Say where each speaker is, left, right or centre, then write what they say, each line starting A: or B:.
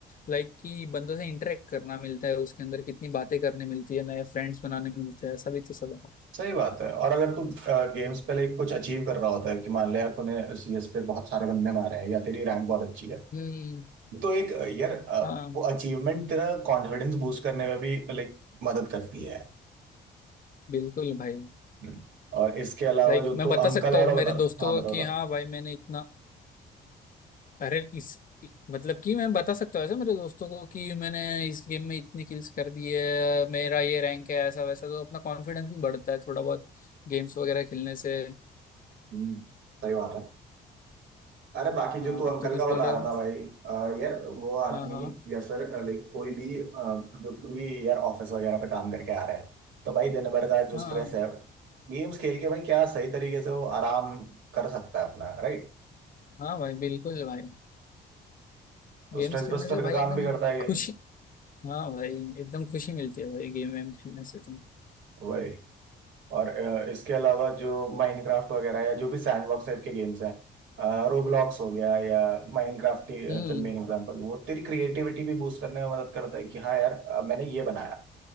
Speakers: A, on the left; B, on the right.
A: लाइक कि बंदों से इंटरेक्ट करना मिलता है उसके अंदर कितनी बातें करने मिलती है नए फ्रेंड्स बनाने मिलते हैं सभी तो सब है
B: सही बात है और अगर तू गेम्स पे लाइक कुछ अचीव कर रहा होता है कि मान ले यार तूने सीएस पे बहुत सारे बंदे मारे हैं या तेरी रैंक बहुत अच्छी है
A: हम्म
B: तो एक अ, यार अ,
A: हाँ
B: वो अचीवमेंट तेरा कॉन्फिडेंस बूस्ट करने में भी लाइक मदद करती है
A: बिल्कुल भाई
B: हम्म। और इसके अलावा
A: लाइक
B: जो
A: मैं
B: तू
A: बता
B: अंकल
A: सकता
B: वाला
A: हूँ
B: बता
A: मेरे
B: रहा
A: दोस्तों
B: हाँ
A: को
B: बताओ
A: कि
B: बता
A: हाँ भाई मैंने इतना अरे इस मतलब कि मैं बता सकता हूँ ऐसे मेरे दोस्तों को कि मैंने इस गेम में इतनी किल्स कर दी है मेरा ये रैंक है ऐसा वैसा तो अपना कॉन्फिडेंस भी बढ़ता है थोड़ा बहुत गेम्स वगैरह खेलने से
B: हम्म, सही बात है अरे बाकी जो
A: हाँ
B: तू अंकल
A: तू कुछ
B: का बता
A: बोल रहा
B: रहा
A: था
B: था भाई अ, यार वो आदमी
A: हाँ हाँ
B: या सर लाइक कोई भी अ, जो भी यार ऑफिस वगैरह पे काम करके आ रहा है तो भाई दिन भर का जो
A: हाँ
B: स्ट्रेस है गेम्स खेल के भाई क्या सही तरीके से वो आराम कर सकता है अपना राइट
A: हाँ भाई बिल्कुल भाई
B: तो
A: गेम्स
B: स्ट्रेस
A: खेलने
B: बस्टर
A: से भाई
B: का
A: एकदम
B: काम भी करता है
A: खुशी हाँ भाई एकदम खुशी मिलती है भाई गेम वेम खेलने से तुम
B: गेम और अ, इसके अलावा जो माइनक्राफ्ट वगैरह या जो भी सैंडबॉक्स टाइप के गेम्स हैं रोब्लॉक्स हो गया या माइनक्राफ्ट
A: हम्म
B: चल मेन एग्जांपल वो तेरी क्रिएटिविटी भी बूस्ट करने में मदद करता है कि हाँ यार अ, मैंने ये बनाया